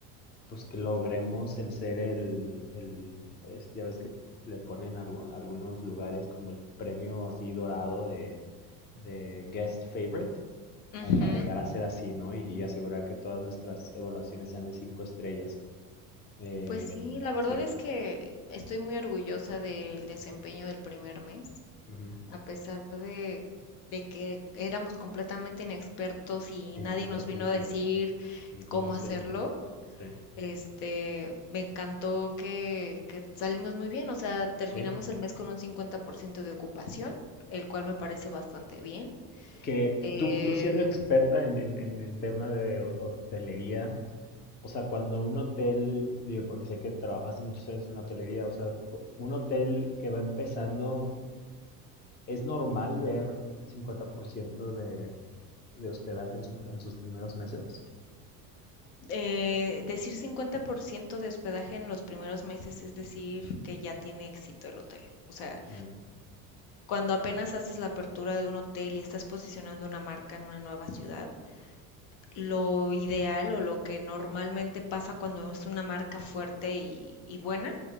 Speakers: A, on the left; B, on the left.
A: pues que logremos el ser el, el es- ya ves que le ponen algu- algunos lugares como el premio así dorado de, de guest favorite, como
B: Ujú.
A: para llegar a ser así, ¿no? Y, y asegurar que todas nuestras evaluaciones sean de cinco estrellas. Em,
B: Pues sí, la verdad
A: sí,
B: es que estoy muy orgullosa del desempeño del primer mes,
A: ujú.
B: a pesar de, de que éramos completamente inexpertos y
A: Inexpertos
B: nadie nos vino
A: de
B: a
A: todo,
B: decir
A: en cómo
B: cómo
A: hacerlo.
B: hacerlo.
A: Sí,
B: Este, me encantó que, que salimos muy bien, o sea, terminamos
A: sí.
B: el mes con un 50% de ocupación, el cual me parece bastante bien.
A: Que
B: eh,
A: tú, tú siendo experta en, en- en el tema de ho- hotelería, O sea, cuando un hotel, digo, porque sé que trabajaste muchos años en la hotelería, o sea, cu- un hotel que va empezando, ¿es normal ver 50% de, de hospedaje en, su- en sus primeros meses?
B: Eh, decir 50% de hospedaje en los primeros meses es decir que ya tiene éxito el hotel. O sea,
A: Mm,
B: cuando apenas haces la apertura de un hotel y estás posicionando una marca en una nueva ciudad, lo ideal o lo que normalmente pasa cuando es una marca fuerte y, y buena